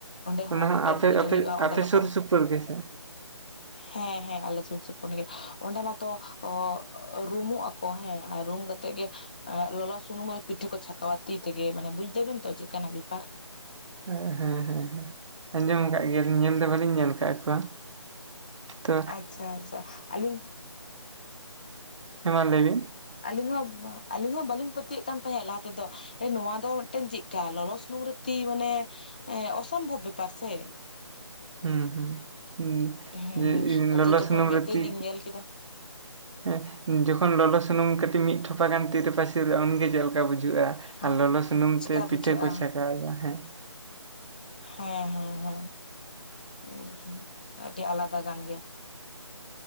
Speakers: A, on the left; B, on the right.
A: ᱚᱸᱰᱮ ᱦᱚᱸ
B: ᱚᱱᱟ
A: ᱢᱤᱫᱴᱮᱱ
B: ᱟᱯᱮ
A: ᱯᱩᱡᱟᱹ
B: ᱟᱯᱮ
A: ᱦᱩᱭᱩᱜᱼᱟ ᱚᱸᱰᱮ
B: ᱟᱯᱮ
A: ᱫᱚᱠᱚᱼᱼ
B: ᱥᱩᱨ ᱥᱩᱯᱩᱨ ᱜᱮᱥᱮ
A: ᱦᱮᱸ ᱦᱮᱸ ᱟᱞᱮ ᱥᱩᱨ ᱥᱩᱯᱩᱨ ᱜᱮ ᱚᱸᱰᱮ ᱢᱟᱛᱚ ᱚ ᱨᱩᱢᱩᱜ ᱟᱠᱚ ᱦᱮᱸ ᱟᱨ ᱨᱩᱢ ᱠᱟᱛᱮᱜ ᱜᱮᱼᱼ ᱟᱨ ᱞᱚᱞᱚ ᱥᱩᱱᱩᱢ ᱦᱚᱭ ᱯᱤᱴᱷᱟᱹ ᱠᱚ ᱪᱷᱟᱠᱟᱣᱟ ᱛᱤ ᱛᱮᱜᱮ ᱢᱟᱱᱮ ᱵᱩᱡᱽ ᱫᱟᱵᱮᱱ ᱛᱚ ᱪᱮᱫ ᱠᱟᱱᱟ ᱵᱮᱯᱟᱨ
B: ᱦᱮᱸ ᱦᱮᱸ ᱦᱮᱸ ᱟᱸᱡᱚᱢ ᱟᱠᱟᱫ ᱜᱮᱭᱟᱞᱤᱧ ᱧᱮᱞ ᱫᱚ ᱵᱟᱹᱞᱤᱧ ᱧᱮᱞ ᱟᱠᱟᱫ ᱠᱚᱣᱟ᱾ ᱛᱚ
A: ᱟᱪᱪᱷᱟ ᱟᱪᱪᱷᱟ ᱟᱹᱞᱤᱧ
B: ᱦᱮᱸ ᱢᱟ ᱞᱟᱹᱭ ᱵᱤᱱ?
A: ᱟᱞᱤᱧ ᱦᱚᱸ ᱟᱹᱞᱤᱧ ᱦᱚᱸ ᱵᱟᱹᱞᱤᱧ ᱯᱟᱹᱛᱭᱟᱹᱜ ᱠᱟᱱ ᱛᱟᱦᱮᱸᱫ ᱞᱟᱦᱟ ᱛᱮᱫᱚᱼᱼ ᱱᱚᱣᱟ ᱫᱚ ᱢᱤᱫᱴᱮᱱ ᱪᱮᱫᱠᱟ ᱞᱚᱞᱚ ᱥᱩᱱᱩᱢ ᱨᱮ ᱛᱤ ᱢᱟᱱᱮ ᱚᱥᱚᱢᱵᱷᱚᱵᱽ ᱵᱮᱯᱟᱨ ᱥᱮ
B: ᱦᱩᱸ ᱦᱩᱸ
A: ᱦᱮᱸ
B: ᱡᱮ ᱤ
A: ᱟᱫᱚ
B: ᱞᱚᱞᱚ
A: ᱡᱚᱠᱷᱚᱱ
B: ᱥᱩᱱᱩᱢ
A: ᱢᱮᱫ
B: ᱨᱮ
A: ᱛᱮᱞᱤᱧ
B: ᱛᱤ
A: ᱧᱮᱞ ᱠᱮᱫᱟ
B: ᱦᱮᱸ ᱡᱚᱠᱷᱚᱱ ᱞᱚᱞᱚ ᱥᱩᱱᱩᱢ ᱠᱟᱹᱴᱤᱡ ᱢᱤᱫ ᱴᱷᱚᱯᱷᱟ ᱜᱟᱱ ᱛᱤ ᱨᱮ ᱯᱟᱹᱨᱤᱨᱚᱜᱼᱟ ᱩᱱᱜᱮ ᱪᱮᱫ ᱞᱮᱠᱟ ᱵᱩᱡᱷᱟᱹᱜᱼᱟ᱾
A: ᱦᱮᱸ
B: ᱟᱨ ᱞᱚᱞᱚ ᱥᱩᱱᱩᱢ
A: ᱪᱮᱠᱟ
B: ᱛᱮ ᱯᱤᱴᱷᱟᱹ
A: ᱵᱩᱡᱷᱟᱹᱜᱼᱟ
B: ᱠᱚ ᱪᱷᱟᱸᱠᱟᱣᱮᱫᱟ, ᱦᱮᱸ
A: ᱦᱮᱸ ᱦᱮᱸ ᱦᱮᱸ ᱩᱸ ᱟᱹᱰᱤ ᱟᱞᱟᱫᱟ ᱜᱟᱱ ᱜᱮᱭᱟ᱾